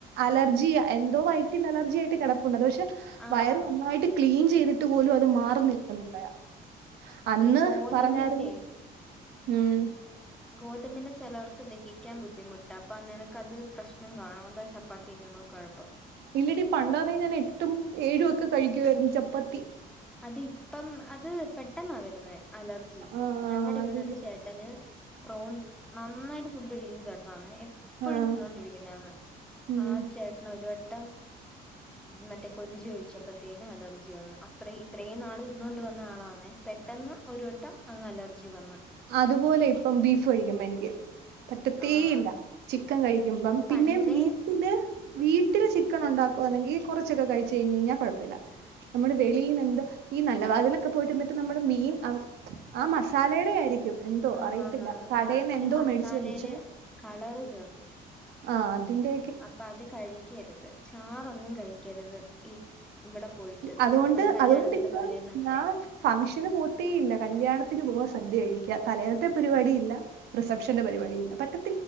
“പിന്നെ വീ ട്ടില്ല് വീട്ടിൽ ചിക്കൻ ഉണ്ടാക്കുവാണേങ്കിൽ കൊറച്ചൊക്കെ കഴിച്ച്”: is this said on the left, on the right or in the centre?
Right